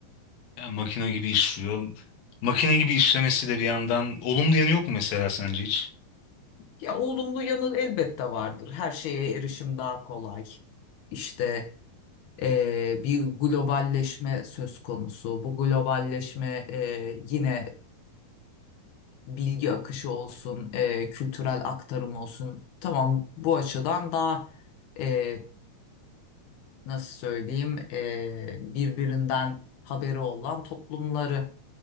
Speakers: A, on the left; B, on the left.
A: ya makine gibi işliyor. Makine gibi işlemesi de bir yandan olumlu yanı yok mu mesela sence hiç?
B: Ya olumlu yanı elbette vardır. Her şeye erişim daha kolay. İşte e, bir globalleşme söz konusu. Bu globalleşme e, yine bilgi akışı olsun, e, kültürel aktarım olsun. Tamam, bu açıdan daha e, nasıl söyleyeyim e, birbirinden haberi olan toplumları